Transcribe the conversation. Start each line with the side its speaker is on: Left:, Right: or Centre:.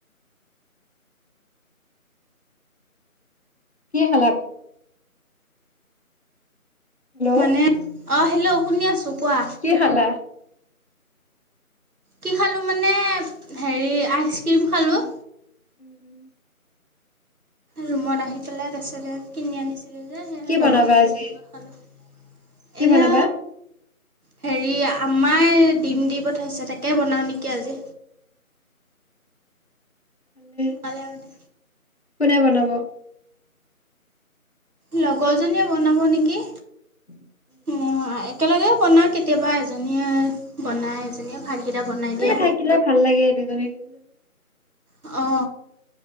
Left: কি খালা পাই? হেল্ল'
Right: মানে অ হেল্ল' শুনি আছো কোৱা।
Left: কি খালা?
Right: কি খালোঁ মানে হেৰি আইচক্ৰীম খালোঁ।
Left: উম।
Right: ৰুমত আহি পেলাই তাৰপিছত ইয়াত কিনি আনিছো। ছিলো যে সেই
Left: কি
Right: লগৰ
Left: বনাবা
Right: কেইজনীৰ
Left: আজি
Right: লগত খালোঁ
Left: কি
Right: এতিয়া।
Left: বনাবা
Right: হেৰি আম্মাই ডিম দি পঠাইছে তাকে বনাও নেকি আজি
Left: হু
Right: পালে মানে
Left: কোনে বনাব?
Right: লগৰজনীয়ে বনাব নেকি
Left: <unintelligible>
Right: উ একেলগে বনাও কেতিয়াবা এজনীয়ে বনায় এজনীয়ে ভাতকেইটা বনাই
Left: এনেকে
Right: দিয়ে।
Left: থাকিলে ভাল লাগে দুজনী তিনিজনী
Right: অ